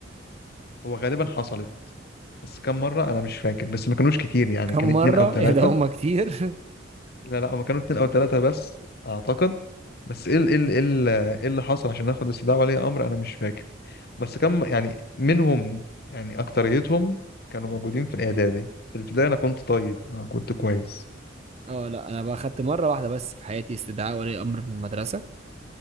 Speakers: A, on the left; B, on the right.
A: هو غالبا حصلت بس كم مره انا مش فاكر بس ما كانوش كتير يعني
B: كم
A: كان اتنين
B: مرة
A: او تلاته
B: <laughs> يا ده هما كتير <laughs>
A: لا لا هما كانوا اتنين او تلاتة بس اعتقد بس ايه ال- ايه ال- ايه ال- ايه اللي حصل عشان اخد استدعاء ولي امر انا مش فاكر بس كم يعني منهم يعني اكتريتهم كانوا موجودين في الاعدادي في الابتدائي انا كنت طيب انا كنت كويس
B: اه لا أنا بقى خدت مرة واحدة بس في حياتي استدعاء ولي أمر من المدرسة